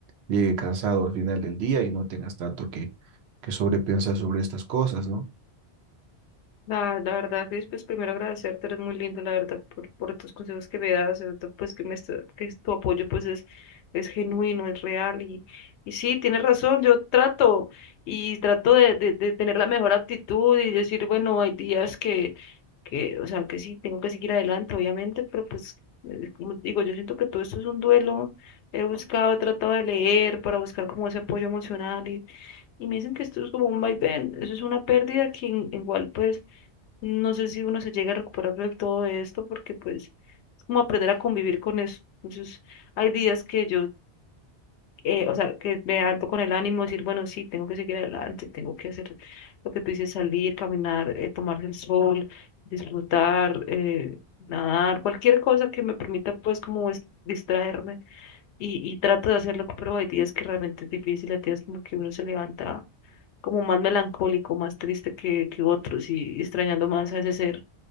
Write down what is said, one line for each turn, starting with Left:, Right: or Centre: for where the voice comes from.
Right: llegue cansado al final del día y no tengas tanto que, que sobrepensar sobre estas cosas, ¿no?
Left: La, la verdad, Cris, pues primero agradecerte, eres muy lindo, la verdad, por, por tus consejos que me das, sobre todo, pues que, me, est- que tu apoyo pues es, es genuino, es real y, y sí, tienes razón, yo trato y trato de, de, de tener la mejor actitud y decir, bueno, hay días que, que, o sea, que sí, tengo que seguir adelante, obviamente, pero pues, eh, como te digo, yo siento que todo esto es un duelo, he buscado, he tratado de leer para buscar como ese apoyo emocional y, y me dicen que esto es como un vaivén, eso es una pérdida que en- igual pues no sé si uno se llega a recuperar de todo esto porque pues es como aprender a convivir con eso. Entonces hay días que yo, eh, o sea, que me alto con el ánimo, decir, bueno, sí, tengo que seguir adelante, tengo que hacer lo que tú dices, salir, caminar, eh, tomarse el sol, disfrutar, eh, nadar, cualquier cosa que me permita pues como es- distraerme y, y trato de hacerlo, pero hay días que realmente es difícil, hay días como que uno se levanta como más melancólico, más triste que, que otros y y extrañando más a ese ser,